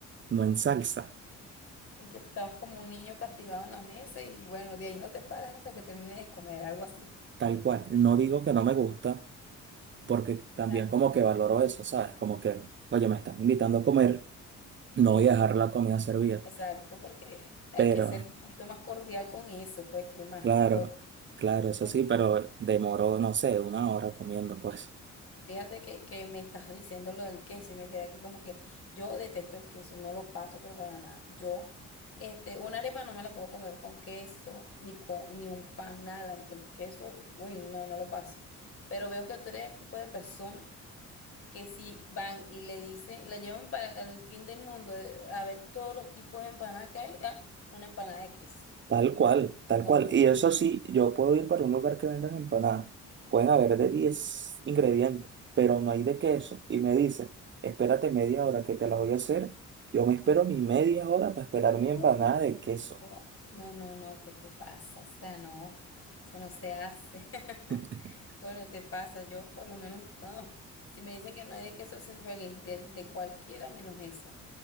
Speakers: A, on the right (about 40°); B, on the left (about 45°).
A: no en salsa,
B: Y que estabas como un niño castigado en la mesa y bueno, de ahí no te paras hasta que termines de comer, algo así.
A: tal cual. No digo que no me gusta. porque también
B: Ya,
A: como que valoro eso, ¿sabes? Como que, oye, me están invitando a comer, no
B: es-
A: voy a dejar la comida servida,
B: exacto, porque hay
A: pero
B: que ser un poquito más cordial con eso, pues, ¿qué más
A: claro,
B: te toca?
A: claro, eso
B: Volve-
A: sí, pero demoró, no sé, una hora comiendo, pues.
B: Fíjate que, que me estás diciendo lo del queso y me quedé aquí como que yo detesto el queso, no lo paso, pero para nada. Yo, este, una arepa no me la puedo comer con queso, ni con, ni un pan, nada. El queso, uy, no, no lo paso. Pero veo que tú eres el tipo de persona que si van y le dicen, la llevan para el fin del mundo eh, a ver todos los tipos de empanadas que hay, ah, una empanada de queso.
A: Tal cual, tal
B: No,
A: cual.
B: no,
A: Y
B: no.
A: eso sí, yo puedo ir para un lugar que vendan empanadas. Pueden haber de 10 ingredientes, pero no hay de queso. Y me dice, espérate media hora que te la voy a hacer. Yo me espero mi media hora para esperar
B: No,
A: mi empanada de queso.
B: chico. No, no, no, ¿qué te pasa? O sea, no, eso no se hace. <laughs>
A: <laughs>
B: Bueno, te pasa, yo por lo menos, no, si me dicen que no hay de queso, soy feliz, de, de cualquiera menos esa.